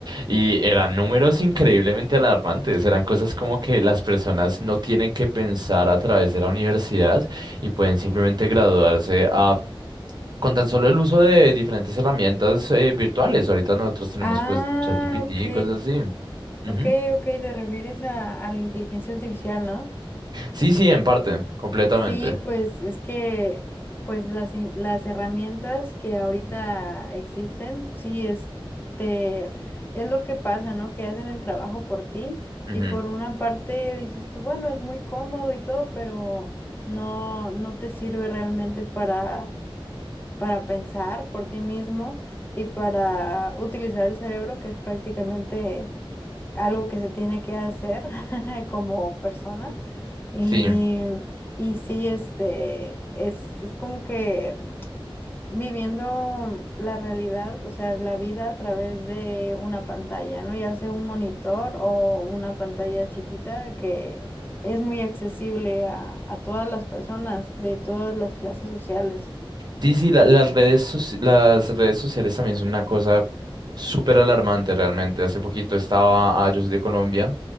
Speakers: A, on the right; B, on the left.
A: y eran números increíblemente alarmantes, eran cosas como que las personas no tienen que pensar a través de la universidad y pueden simplemente graduarse ah, con tan solo el uso de diferentes herramientas eh, virtuales. Ahorita nosotros tenemos
B: Ah,
A: pues ChatGPT
B: ok.
A: y cosas así. Ujú.
B: Ok, ok, te refieres a, a la inteligencia artificial, ¿no?
A: Sí, sí, en parte, completamente.
B: Sí, pues es que pues las, in- las herramientas que ahorita
A: Ujú,
B: existen, sí, este, es lo que pasa, ¿no? Que hacen el trabajo por ti
A: ujú,
B: y por una parte dices tú, bueno, es muy cómodo y todo, pero no, no te sirve realmente para, para pensar por ti mismo y para utilizar el cerebro, que es prácticamente algo que se tiene que hacer <laughs> como persona. Y,
A: Sí.
B: y sí, este, es, es como que viviendo la realidad, o sea, la vida a través de una pantalla, ¿no? Ya sea un monitor o una pantalla chiquita que es muy accesible a, a todas las personas de todas las clases sociales.
A: Sí, sí, la- las redes, soci- las redes sociales también son una cosa súper alarmante realmente. Hace poquito estaba, ah, yo soy de Colombia,